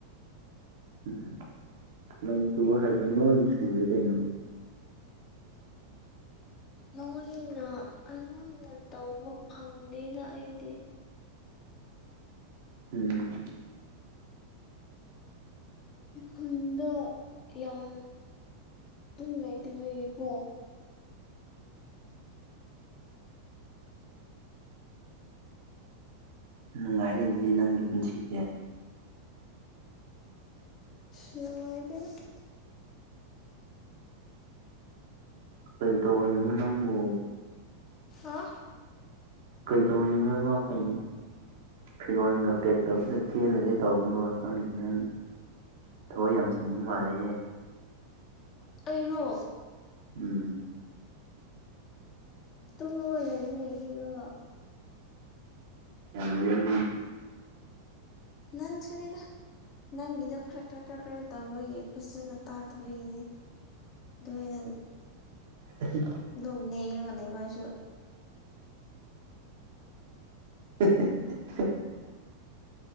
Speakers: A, on the right; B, on the left.
A: ꯎꯝ ꯂꯧ ꯁꯨꯕ ꯍꯥꯏꯗꯤ ꯂꯣꯏ ꯁꯨꯔꯦ ꯀꯩꯅꯣ
B: ꯂꯣꯏꯅ ꯑ ꯂꯣꯏꯅ ꯇꯧꯕ ꯐꯪꯗꯦꯗ ꯑꯩꯗꯤ
A: ꯎꯝ
B: ꯑꯩ ꯈꯨꯟꯗ ꯌꯥꯝ ꯇꯨꯝ ꯂꯩ ꯇꯕꯒꯤ ꯀꫭ
A: ꯅꯨꯡꯉꯥꯏꯅꯦ ꯑꯗꯨꯗꯤ ꯅꯪꯒꯤ ꯄꯨꯟꯁꯤꯁꯦ
B: ꯁꯁ ꯅꯨꯡꯉꯥꯏꯇꯦꯗ
A: ꯀꯔꯤ‌ ꯇꯧꯔꯤꯅꫭꯃꯤ ꯅꯪꯕꯣ
B: ꯍꯥ
A: ꯀꯩꯇꯧꯔꯤꯅꯣꯕ ꯀꯩ ꯐꯤꯔꯣꯟꯒ ꯄꯦꯛ ꯇꯧꯔꯒ ꯆꯦꯜꯂꯒꯦ ꯇꯧꯔꯝꯕ꯭ꯔꯣ ꯈꯪꯗꯦ ꯅꯪ ꯊꯕꯛ ꯌꯥꯝ ꯆꯤꯟꯕ ꯃꯥꯜꯂꯦ
B: ꯑꯩꯔꯣ
A: ꯎꯝ
B: ꯇꯨꯡꯉ ꯂꯩꯃꯤ ꯍꯤꯞꯔꯒꯥ
A: ꯌꯥꯝ
B: ꯅꯪ ꯁꯨꯅꯤꯗ ꯅꯪꯒꯤꯗꯣ ꯈꯔ -ꯈꯔ -ꯈꯔ -ꯈꯔ ꯇꯧꯕꯒꯤ ꯐꯖꯅ ꯇꯥꯗꯕꯒꯤꯅꯦ ꯑꯗꯨ ꯑꯣꯏꯅ
A: <inaudible>
B: ꯑꯗꯨꯝ ꯂꯉꯒ ꯂꯩꯕ ꯍꯥꯏꯁꯨ
A: <unintelligible>